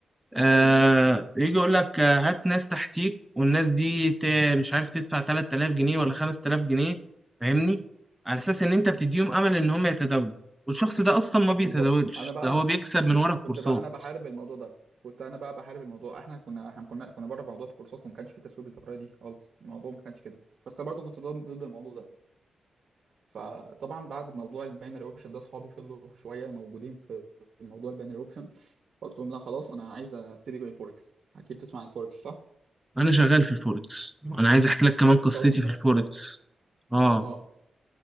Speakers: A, in the centre; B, on the right.
A: آه
B: ايوه ايوه
A: يجي يقول لك آه، هات ناس تحتيك والناس دي ت- مش عارف تدفع 3000 جنيه ولا 5000 جنيه فاهمني على أساس إن أنت بتديهم أمل إن هم يتداولوا والشخص ده أصلا ما بيتداولش
B: بالظبط انا بقى
A: ده هو بيكسب من ورا الكورسات
B: كنت بقى انا بحارب الموضوع ده كنت انا بقى بحارب الموضوع احنا كنا احنا كنا كنا بره موضوع الكورسات وما كانش في تسويق بالطريقه دي خالص الموضوع ما كانش كده بس برضه كنت ضد ضد الموضوع ده فطبعا بعد موضوع الباينري اوبشن ده اصحابي فضلوا شويه موجودين في موضوع الباينري اوبشن قلت لهم لا خلاص انا عايز ابتدي جوي فوركس اكيد تسمع عن الفوركس صح
A: انا شغال في الفوركس انا عايز احكي لك كمان قصتي
B: انت اصلا شغال
A: في الفوركس
B: في الفوركس
A: اه
B: اه